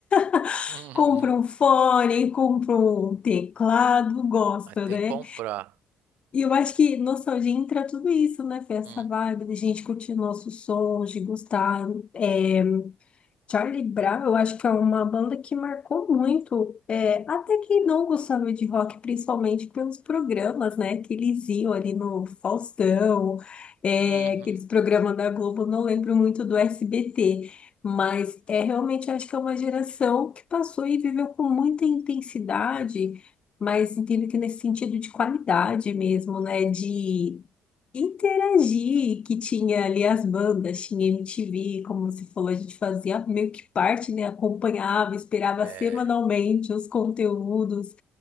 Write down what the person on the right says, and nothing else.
Uhum.
Mas tem
que comprar.
Hum,
uhum,
é,